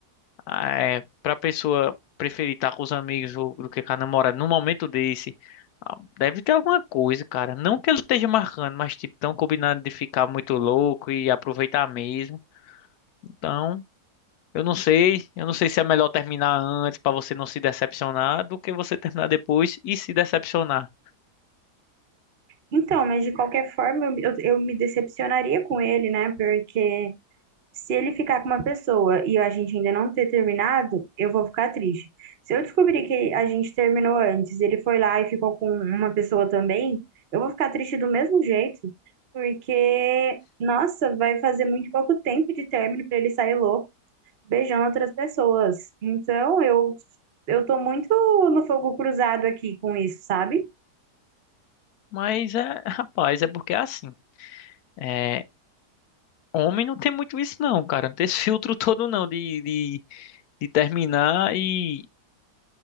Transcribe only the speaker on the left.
ah, é, pra pessoa preferir estar com os amigos do, do que com a namorada num momento desse, ah, deve ter alguma coisa, cara. Não que ele esteja marcando, mas tipo, tão combinado de ficar muito louco e aproveitar mesmo. Então, eu não sei, eu não sei se é melhor terminar antes pra você não se decepcionar do que você terminar depois e se decepcionar.
Mas é, <laughs> rapaz, é porque é assim. É, homem não tem muito isso não, cara. Não tem esse filtro <laughs> todo não de, de, de terminar e,